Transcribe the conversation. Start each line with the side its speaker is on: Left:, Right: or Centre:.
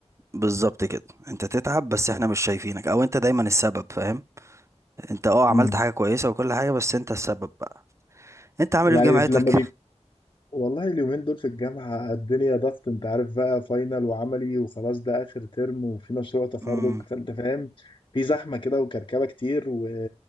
Right: بالظبط كده انت تتعب بس احنا مش شايفينك او انت دايما السبب فاهم انت اه عملت
Left: امم
Right: حاجة كويسة وكل حاجة بس انت السبب بقى انت عامل
Left: يعني
Right: ايه في جامعتك
Left: لما والله اليومين دول في الجامعة الدنيا ضغط انت عارف بقى فاينل وعملي وخلاص ده آخر ترم وفي مشروع تخرج
Right: امم
Left: فانت فاهم في زحمة كده وكركبة كتير و...